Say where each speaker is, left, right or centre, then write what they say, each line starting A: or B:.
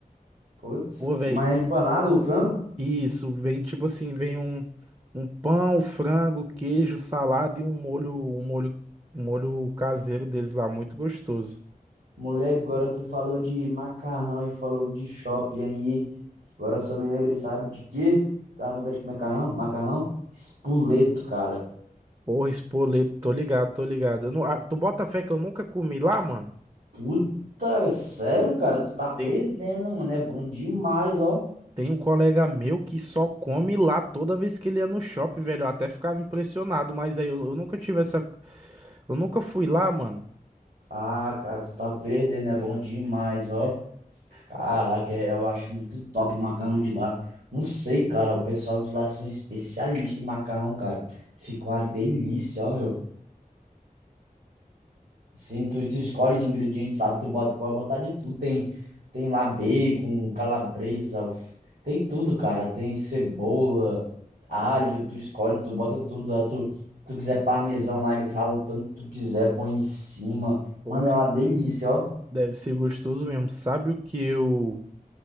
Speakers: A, on the right; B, on the right.
A: Putz,
B: Pô,
A: que-
B: velho,
A: mas é empanado o frango?
B: Isso, vem tipo assim, vem um, um pão, frango, queijo, salada e um molho, um molho, um molho caseiro deles lá, muito gostoso.
A: Moleque, agora tu falou de macarrão e falou de shopping aí. Agora só me lembrei, sabe de quê? Tava com vontade de comer macarrão? Macarrão? Espoleto, cara.
B: Porra, espoleto, tô ligado, tô ligado. Eu não, ah, tu bota fé que eu nunca comi lá, mano?
A: Puta, sério, cara? Tu tá perdendo,
B: Tem,
A: mano. É bom demais, ó.
B: tem um colega meu que só come lá toda vez que ele ia no shopping, velho. Eu até ficava impressionado, mas aí eu, eu nunca tive essa. Eu nunca fui lá, mano.
A: Ah, cara, tu tá perdendo. É bom demais, ó. Caraca, é- eu acho muito top o macarrão de lá. Não sei, cara. O pessoal de lá são especialistas em macarrão, cara. Ficou uma delícia, ó, meu. Sim, tu, tu escolhe os ingredientes, sabe? Tu bota, pode botar de tudo. Tem, tem lá bacon, calabresa, alf- tem tudo, cara. Tem cebola, alho, tu escolhe, tu bota tudo lá. Tu, tu quiser parmesão lá, eles ralam o tanto que tu quiser, põe em cima.
B: Pô,
A: Mano, é uma delícia, ó.
B: deve ser gostoso mesmo. Sabe o que eu.